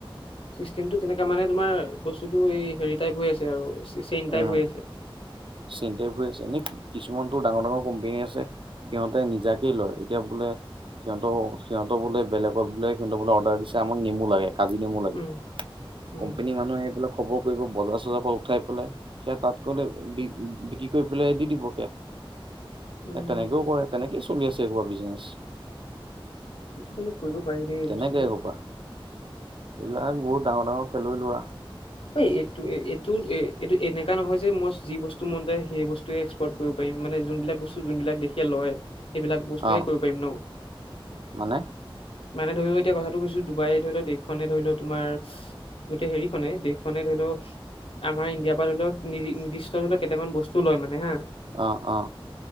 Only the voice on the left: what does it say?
চিষ্টেমটো তেনেকা মানে তোমাৰ বস্তুটো এই হেৰি টাইপ হৈ আছে আৰু। চেইন টাইপ
হৈ আছে
উম উম
উম
এইটো কিন্তু কৰিব পাৰি দেই এই
বস্তুটো।
ঐ এইটো এইটো এ এইটো এনেকা নহয় যে মই যি বস্তু মন যায় সেই বস্তুৱে এক্সপৰ্ট কৰিব পাৰিম মানে যোনবিলাক বস্তু যোনবিলাক দেখিয়ে লওঁ। সেইবিলাক বস্তুে
কৰিব পাৰিম ন।
মানে ধৰি লোৱা এতিয়া কথাটো কৈছো ডুবাই ধৰি লও দেশখনে ধৰি লও তোমাৰ গোটেই হেৰিখনে দেশ খনে ধৰি লওক আমাৰ ইণ্ডিয়াৰ পৰা ধৰি লওক নি নিৰ্দিষ্ট ধৰি লওক কেইটামান বস্তু লয় মানে হা